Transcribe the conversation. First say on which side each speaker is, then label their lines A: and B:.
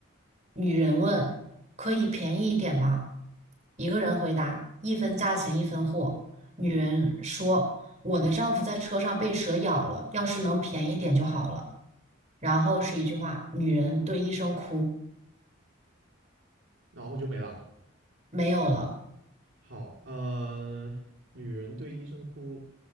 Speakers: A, on the right; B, on the right.
A: 女人问可以便宜一点吗？一个人回答一分价钱一分货。女人说我的丈夫在车上被蛇咬了，要是能便宜点就好了。然后是一句话：女人对医生哭，
B: 然后就没了。
A: 没有了，
B: 好，呃，女人对医生哭，